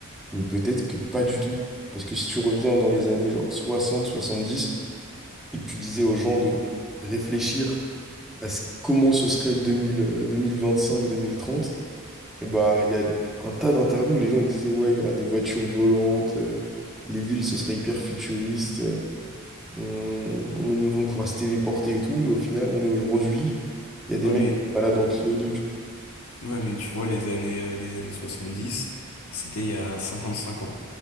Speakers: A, in the centre; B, on the left.
A: mais peut-être que pas du tout. Parce que si tu reviens dans les années genre 60, 70, et que tu disais aux gens de réfléchir à ce- comment ce serait 2000, euh, 2025, 2030, Et bah, il y a un tas d'interviews où les gens ils disaient, ouais, il y aura des voitures volantes, euh, les villes, ce sera hyper futuriste, euh, on, on- on pourra se téléporter et tout. Et au final, on est aujourd'hui, il y a des
B: Ouais,
A: mecs
B: mais,
A: qui se baladent en Clio 2, tu
B: ouais, mais tu vois, les années, euh, les années 70 c'était il y a 55 ans.